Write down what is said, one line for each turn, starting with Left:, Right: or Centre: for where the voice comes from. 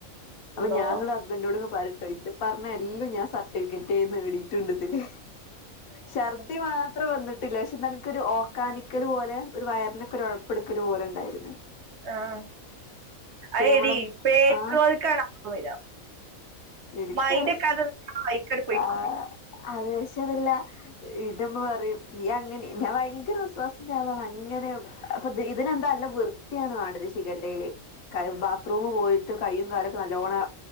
Left: അപ്പൊ
Right: അള്ളാ
Left: ഞാ ങ്ങള ഹസ്ബൻറോട് പറിട്ടോ <unintelligible> പറഞ്ഞ എല്ലും ഞാൻ രിക്കറ്റ് നേടിയിട്ടുണ്ട്തില ശർദ് മാത്രം വന്നിട്ടില്ല പക്ഷെനക്ക് ഒരു ഓക്കാനിക്കല് പോലെ ഒരു വയറിനൊക്കെ ഒരു ഉഴപ്പെടുക്കൽ പോലെ ഉണ്ടായിരുന്നു.
Right: ആഹ
Left: പിന്നെ
Right: അ
Left: നമ്മള്
Right: എടി <unintelligible>
Left: ആഹ്
Right: വരാ
Left: എനിക്കറിയ
Right: മൈന്റെക്കെത നിന്നാ അയ്ക്കട് പോയിക്കോളും
Left: ആഹ് അത് പക്ഷെ അതെല്ല ഇത് മ്മ പറയും നീ അങ്ങനെ ഞാൻ ഭയങ്കര ഒസ് വാസിന്റെ ആളാണ് അങ്ങനെ അപ്പൊ ഇതിനന്താ അല്ല വൃത്തിയാണ് വാണ്ടത് ശിഖല്ലയില് കൈ ബാത്റൂം പോയിട്ട് കയ്യും കാലൊക്കെ നല്ലവോണം